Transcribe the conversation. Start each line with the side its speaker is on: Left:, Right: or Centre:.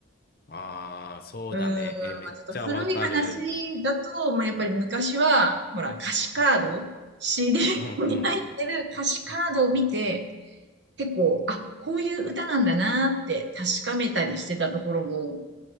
Left: ああ、そうだね。
Right: うーん、まあ、
Left: え、めっちゃわかる。
Right: ちょっと古い話だと、まあ、やっぱり昔は、ほら、歌詞カード、CD
Left: うんうん。
Right: に入ってる歌詞カードを見て、結構、あ、こういう歌なんだなって確かめたりしてたところも、